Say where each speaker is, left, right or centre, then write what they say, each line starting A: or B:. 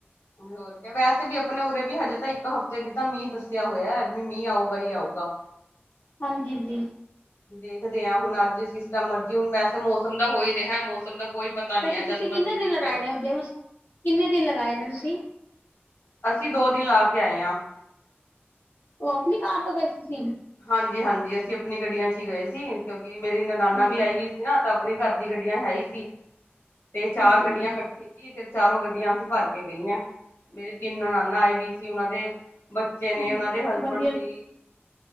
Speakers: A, on the left (about 80°); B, on the left (about 60°).
A: ਹੋਰ ਵੈਸੇ ਵੀ ਆਪਣੇ ਉਰੇ ਵੀ ਹਜੇ ਤਾਂ ਇੱਕ ਹਫ਼ਤੇ ਦੀ ਤਾਂ ਮੀਂਹ ਦੱਸਿਆ ਹੋਇਆ ਵੀ ਮੀਂਹ ਆਊਗਾ ਹੀ ਆਊਗਾ
B: ਹਾਂਜੀ ਹਾਂਜੀ
A: ਦੇਖਦੇ ਹਾਂ ਹੁਣ ਅੱਜ ਸਿਸਟਮ ਮਰਜੀੀ ਹੁਣ ਵੈਸੇ ਮੌਸਮ ਦਾ ਹੋ ਹੀ ਰਿਹਾ ਮੌਸਮ ਦਾ ਕੋਈ ਪਤਾ ਨੀ
B: ਵੈਸੇ
A: ਹੈ
B: ਤੁਸੀਂ
A: ਜਦ ਮਰਜੀ
B: ਕਿੰਨੇ ਦਿਨ
A: ਮੀਂਹ
B: ਲਗਾਏ
A: ਪੈ
B: ਨੇ ਉਓਦੇ ਕਿੰਨੇ ਦਿਨ ਲਗਾਏ ਨੇ ਤੁਸੀਂ
A: ਅਸੀਂ ਦੋ ਦਿਨ ਲਾ ਕੇ ਆਏ ਹਾਂ
B: ਉਹ ਆਪਣੀ ਕਾਰ ਤੋਂ ਬੈਸੀ ਸੀ
A: ਹਾਂਜੀ ਹਾਂਜੀ ਅਸੀਂ ਆਪਣੀ ਗੱਡੀਆਂ ਚ ਹੀ ਗਏ ਸੀ ਕਿਉਂਕਿ ਮੇਰੀ ਨਨਾਨਾ
B: ਹਾਂਜੀ
A: ਵੀ ਆਈ ਵੀ ਨਾ ਤਾਂ ਆਪਣੀ ਘਰ ਦੀ ਗੱਡੀਆਂ ਹੈ ਹੀ ਸੀ ਤੇ ਚਾਰ
B: ਹਾਂਜੀ
A: ਗੱਡੀਆਂ
B: ਹਾਂਜੀ
A: ਇਕੱਠੀ ਫਿਰ ਚਾਰੋਂ ਗੱਡੀਆਂ ਅਸੀਂ ਭਰ ਕੇ ਗਈਆਂ ਮੇਰੇ ਤਿੰਨ ਨ ਨਾਨਾ ਆਏ ਵੀ ਸੀ ਉਹਨਾਂ ਦੇ ਬੱਚੇ ਨੇ
B: ਹਾਂਜੀ
A: ਉਹਨਾਂ ਦੇ ਹਸਬੈਂਡ
B: ਵਧੀਆ
A: ਸੀ